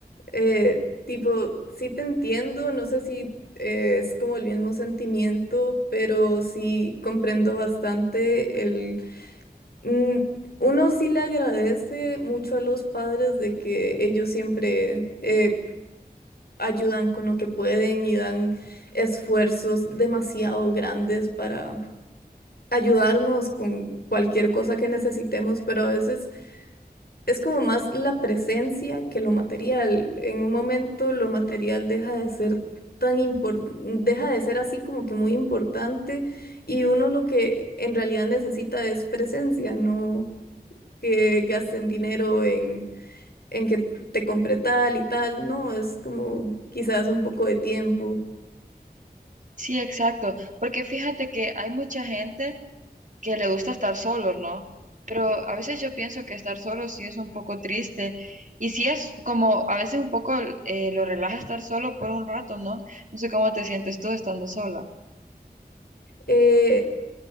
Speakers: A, on the left; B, on the right.
A: eh, tipo, sí te entiendo, no sé si eh, es como el mismo sentimiento, pero sí comprendo bastante Mm, Uno sí le agradece mucho a los padres de que ellos siempre eh, ayudan con lo que pueden y dan esfuerzos demasiado grandes para ayudarnos con cualquier cosa que necesitemos, pero a veces es como más la presencia que lo material. En un momento lo material deja de ser tan impor- deja de ser así como que muy importante y uno lo que en realidad necesita es presencia, no que gasten dinero en, en que te compre tal y tal, no, es como quizás un poco de tiempo.
B: Sí, exacto, porque fíjate que hay mucha gente que le gusta estar solo, ¿no? Pero a veces yo pienso que estar solo sí es un poco triste y sí es como a veces un poco eh, lo relaja estar solo por un rato, ¿no? No sé cómo te sientes tú estando sola.
A: Eh,